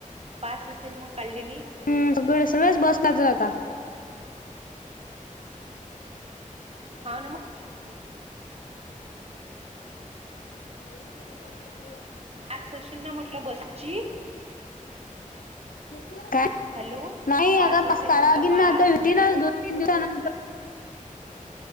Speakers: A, on the right; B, on the left.
A: पास असेल मग काढलेली
B: हम् सगळे सगळेच बसला जा ता <unintelligible>
A: हाव ना मग
B: <unintelligible>
A: आज सचिन ना म्हटलं बसची
B: <unintelligible> काय?
A: हॅलो
B: नाही आता
A: असेल
B: पास काढागीन
A: म्हटलं पास
B: ना आता युतीनच दोन तीन दिवसानंतर.